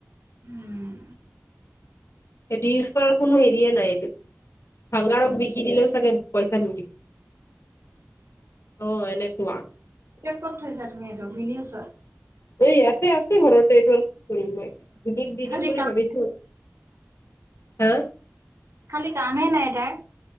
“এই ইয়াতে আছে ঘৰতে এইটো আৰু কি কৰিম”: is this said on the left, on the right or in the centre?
Left